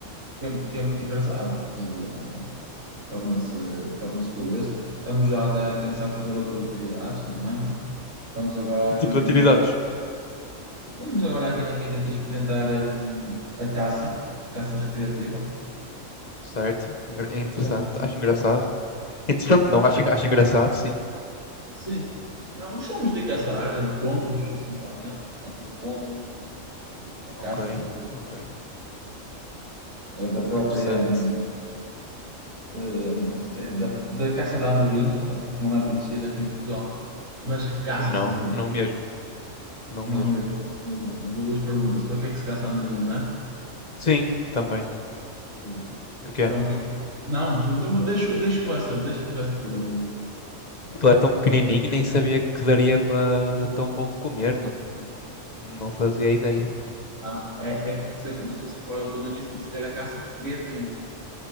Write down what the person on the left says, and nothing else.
tipo
de atividades.
Certo, engra- é interessante,
acho engraçado. Interessante não, acho, engra- acho engraçado, sim.
Ok,
ok.
Interessante.
Não,
não mesmo, não
mesmo.
Sim, também.
Porquê?
Aquilo é tão pequenininho, nem sabia que daria para tão pouco comer, não, não fazia ideia.